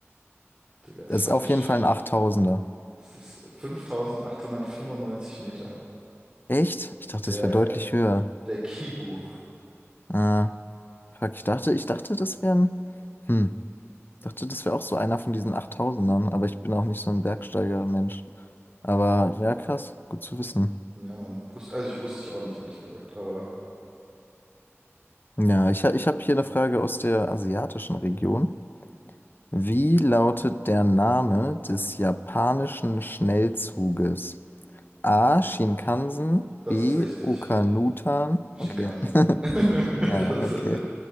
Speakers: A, on the right; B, on the left.
A: Digga, ist
B: Das
A: falsch.
B: ist auf jeden Fall ein Achttausender.
A: Es ist 5895 Meter.
B: Echt? Ich dachte,
A: Der,
B: es wäre deutlich höher.
A: der Kibu.
B: Ah, fuck, ich dachte, ich dachte, das wären. Hm. Ich dachte, das wäre auch so einer von diesen Achttausendern. aber ich bin auch nicht so ein Bergsteiger-Mensch. Aber ja, krass, gut zu wissen.
A: Ja, Mann. Wusst- Also ich wusste ich auch nicht, ehrlich gesagt. Aber
B: Ja, ich, ha- ich habe hier eine Frage aus der asiatischen Region. Wie lautet der Name des japanischen Schnellzuges? A. Shinkansen,
A: das
B: B.
A: ist richtig.
B: Okanutan.
A: Shinkansen.
B: Okay. <laughs>
A: <laughs>
B: Ja,
A: Das,
B: okay.
A: äh,